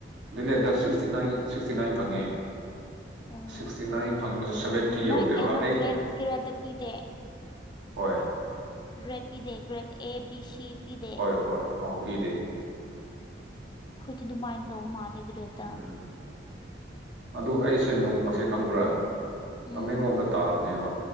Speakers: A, on the right; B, on the left.
A: ꯗꯤꯂꯦ ꯗ ꯁꯤꯛꯁꯇꯤ ꯅꯥꯏꯟ ꯁꯤꯛꯁꯇꯤ ꯅꯥꯏꯟ ꯐꯪꯉꯦ
B: ꯑꯣ
A: ꯁꯤꯛꯁꯇꯤ ꯅꯥꯏꯟ ꯐꯪꯕꯁꯦ ꯁꯕꯦꯟꯇꯤ
B: ꯅꯣꯏ
A: ꯌꯧꯗꯦꯕ
B: ꯀꯩꯅꯣ
A: ꯑꯩ
B: ꯒ꯭ꯔꯦꯗ ꯒ꯭ꯔꯦꯗ ꯄꯤꯗꯦ
A: ꯍꯣꯏ
B: ꯒ꯭ꯔꯦꯠ ꯄꯤꯗꯦ ꯒ꯭ꯔꯦꯠ ꯑꯦ ꯕꯤ ꯁꯤ ꯄꯤꯗꯦ
A: ꯍꯣꯏ ꯍꯣꯏ ꯑꯥꯎ ꯄꯤꯗꯦ
B: ꯈꯨꯗꯤ ꯑꯗꯨꯃꯥꯏꯅ ꯇꯧ ꯃꯥꯜꯂꯤ ꯒ꯭ꯔꯦꯠꯗ
A: ꯎꯝ ꯑꯗꯨ ꯑꯩꯁꯦ ꯅꯣꯡꯃꯁꯦ ꯈꯪꯕ꯭ꯔꯥ
B: ꯎꯝ
A: ꯇꯃꯦꯡꯂꯣꯡꯗ ꯇꯥꯕꯅꯦꯕ